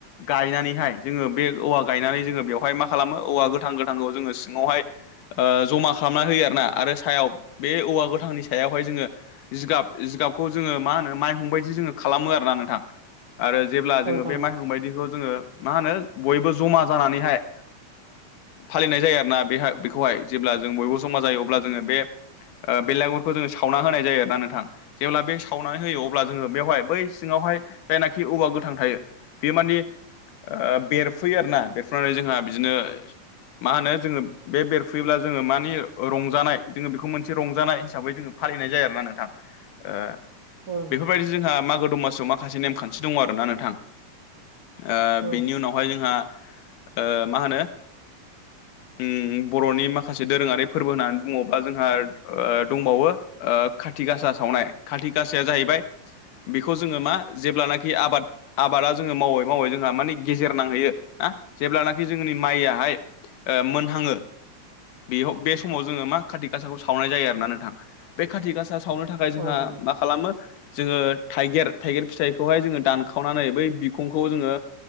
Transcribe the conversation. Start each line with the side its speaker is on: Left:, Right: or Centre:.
Left: गायनानैहाय जोङो बे औवा गायनानै जोङो बेवहाय मा खालामो औवा गोथां गोथांखौ जोङो सिङावहाय ओ जमा खालामना होयो आर ना आरो सायाव बे औवा गोथांनि सायावहाय जोङो जिगाब जिगाबखौ जोङो मा होनो माइहंबायायदि जोङो खालामो आरोोना नोंथां आरो जेब्ला
Right: औ
Left: जोङो
Right: नोंथां
Left: बे
Right: औ
Left: माइहंबायायदि बेखौ जोङो मा होनो बयबो जमा जानानैहाय फालिनाय जायो आरोना बे बेखौहाय जेब्ला जों बयबो समा जायो अब्ला जोङो बे ओ बेलागुरखौ जोङो सावना होनाय जायो आर ना नोंथां! जेब्ला बे सावनानै होयो अब्ला जोङो बेवहाय बै सिङावहाय जायनाखि औवा गोथां थायो- बे माने ओ बेरफैयो आरोना बेरफुनानै जोंहा बिदिनो मा होनो जोङो बे बेर फुयोब्ला जोङो मानि रंजानाय जोङो बेखौ मोनसे रंजानाय हिसाबै जोङो फालिनाय जायो आरोना नोंथां! ओ
Right: औ
Left: बेफोरबायदि
Right: थां!
Left: जोंहा मागो दमाससिआव माखासे नेमखान्थि दङ आरो ना नोंथां! ओ
Right: औ
Left: बिनि उनावहाय जोंहा ओ मा होनो ओ बर'नि माखासे दोरोङारि फोरबो होननानै बुङोब्ला जोंहा दंबावो! ओ खाथि गासा सावनाय खाथि गाासाया जाहैबाय बेखौ जोङो मा जेब्लानाखि आबाद आबादा जोङो मावो माव जोंहा माने गेजेर नांहैयो ना जेब्लानाखि जोंनि माइयाहाय मोनहाङो बेयाव बे समाव जोङो मा खाथि गासाखौ सावनाय जायो आरो ना नोंथां। बे खाथि गासा सावनो थाखाय जोंहा
Right: नोंथां औ नोंथां
Left: मा खालामो जोङो थाइगिर थाइगिर फिथाइखौ हाइ जोंओ दनखावनानै बै बिखं खौ जोङो